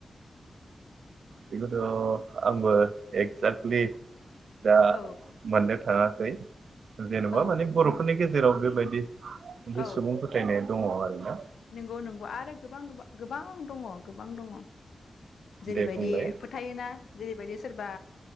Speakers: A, on the right (about 85°); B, on the left (about 85°).
A: बेखौथ' आंबो एक्जेक्टलि दा
B: औ
A: मोननो थाङासै जेन'बा
B: औ
A: माने बर' फोरनि गेजेराव बेबायदि मोनसे
B: औ
A: सुबुं फोथायनाय दङ' आरोना।
B: नंगौ नंगौ आरो गोबां गोबां गोबां दङ गोबां दङ जेरैबायदि।
A: दे बुंलाय
B: थायोना जेरैबायदि सोरबा